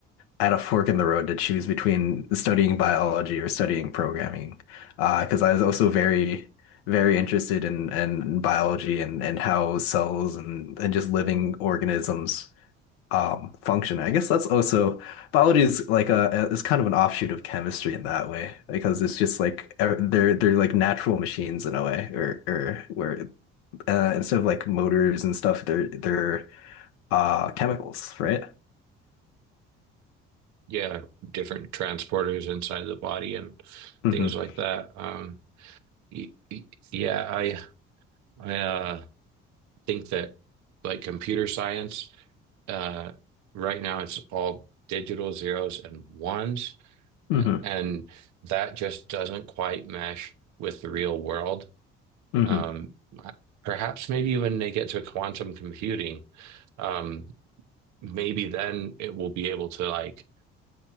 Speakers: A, on the left; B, on the right.
A: at a fork in the road to choose between studying biology or studying programming. Uh, 'cause because I was also very, very interested in, in biology and, and how cells and, and just living organisms um, function. I guess that's also biology is like a is kind of an offshoot of chemistry in that way because it's just like e- they're they're like natural machines in a way or or where uh, instead of like motors and stuff they're they're uh chemicals, right?
B: yeah, different transporters inside the body and
A: hmm
B: things like that. Um, y- y- yeah, I I uh, think that like computer science, uh, right now it's all digital zeros and ones,
A: hmm
B: a- and that just doesn't quite mesh with the real world.
A: hmm
B: Um, perhaps maybe when they get to quantum computing, um, maybe then it will be able to like